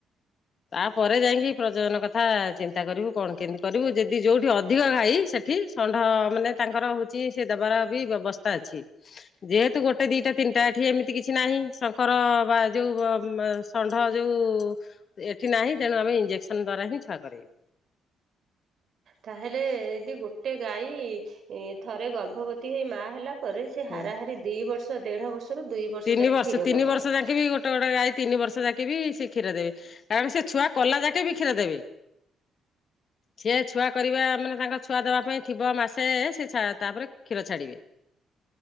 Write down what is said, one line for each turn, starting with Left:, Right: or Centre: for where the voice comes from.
Left: ତାପରେ ଯାଇଁକି ପ୍ରଜଜନ କ ଥା ଚିନ୍ ନ୍ତା କରିବୁ କଣ କେମିତି କରିବୁ ଯେଦି ଯୋଉଠି ଅଧିକ ଘାଇ ସେଠି ଷଣ୍ଢମାନେ ତାଙ୍କର ହୋଉଚି ସିଏ ଦବାର ବି ବ୍ୟବସ୍ଥା ଅଛି ଯେହେତୁ ଗୋଟେ ଦିଟା ତିନଟା ଏଠି ଏମିତି କିଛି ନାହିଁ ଶଙ୍କର ବା ଯୋଉ ଗ-ମ-ଷଣ୍ଢ ଯୋଉ ଏଠି ନାହିଁ ତେଣୁ ଆମେ ଇଞ୍ଜେକ୍ସନ ଦ୍ଵାରା ହିଁ ଛୁଆ କରେଇବୁ।
Right: ତାହେଲେ ଏଦି ଗୋଟେ ଗାଈ ଇ ଥରେ ଗର୍ଭବତୀ ହେଇ ମା ହେଲା ପରେ ସେ ହାରାହାରି
Left: ହୁଁ
Right: ଦିବର୍ଷ ଦେଢ଼ ବର୍ଷ ବର୍ଷରୁ ଦୁଇ
Left: ତିନି
Right: ଯାକେ
Left: ବର୍ଷ
Right: କ୍ଷୀର
Left: ତିନି
Right: ଦବ।
Left: ବର୍ଷ ଯାକେଁ ବି ଗୋଟ ଗୋଟେ ଗାଈ ତିନି ବର୍ଷ ଯାକେ ବି ସେ କ୍ଷୀ କ୍ଷୀର ଦେବେ କାରଣ ସେ ଛୁଆ କଲା ଯାକେ ବି କ୍ଷୀର ଦେବେ ସିଏ ଛୁଆ କରିବା ମାନେ ତାଙ୍କ ଛୁଆ ଦବା ପାଇଁ ଥିବ ମାସେ ସେ ଛା-ତାପରେ କ୍ଷୀର ଛାଡିବେ।